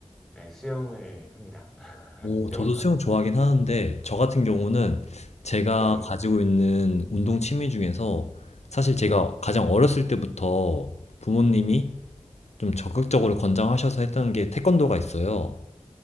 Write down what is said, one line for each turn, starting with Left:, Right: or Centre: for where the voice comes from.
Centre: 네, 수영을 합니다. <laughs>
Left: 오,
Centre: 수영을
Left: 저도
Centre: 좋아합니다.
Left: 수영 좋아하긴 하는데, 저 같은 경우는 제가
Centre: 네네.
Left: 가지고 있는 운동 취미 중에서 사실 제가 가장 어렸을 때부터 부모님이 좀 적극적으로 권장하셔서 했던 게 태권도가 있어요.